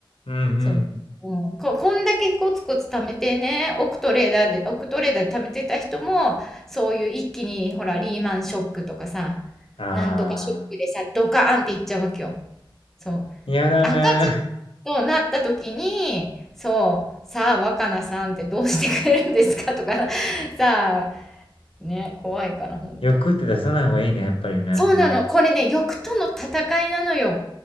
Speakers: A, on the left; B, in the centre.
A: うんうん。
B: そう。うん、ここんだけコツコツ貯めてね、億トレーダーで、億トレーダーで貯めてた人も、そういう一気に、ほら、リーマンショックとかさ、
A: ああ。
B: なんとかショックでさ、ドカーンっていっちゃうわけよ。そう。
A: 嫌だね。
B: 赤字となった時に、そう、さあ、若菜さんってどうしてくれるんですかとか、<laughs> さあ、ね、怖いから、本当
A: 欲って出さない方がいいね、やっぱりね。
B: そうなの。
A: うん。
B: これね、欲との戦いなのよ。